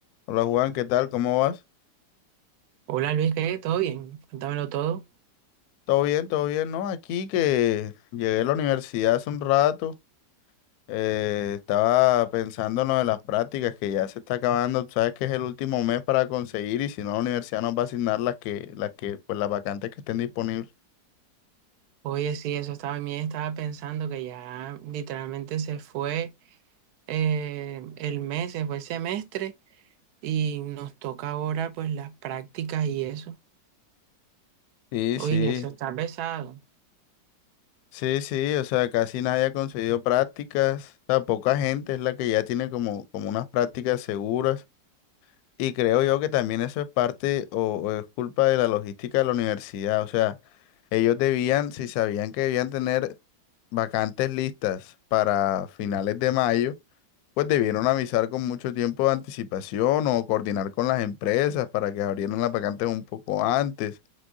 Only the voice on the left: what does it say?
Hola Juan, ¿qué tal? ¿Cómo vas?
¿Todo bien? ¿Todo bien? No, aquí que llegué a la universidad hace un rato, eh, estaba pensando en lo de las prácticas que ya se está acabando, tú sabes que es el último mes para conseguir y si no la universidad nos va a asignar las que, las que, pues las vacantes que estén disponibles.
Sí,
sí,
sí, sí, o sea, casi nadie ha conseguido prácticas, o sea, poca gente es la que ya tiene como, como unas prácticas seguras y creo yo que también eso es parte o o es culpa de la logística de la universidad, o sea. Ellos debían, si sabían que debían tener vacantes listas para finales de mayo, pues debieron avisar con mucho tiempo de anticipación o coordinar con las empresas para que abrieran las vacantes un poco antes.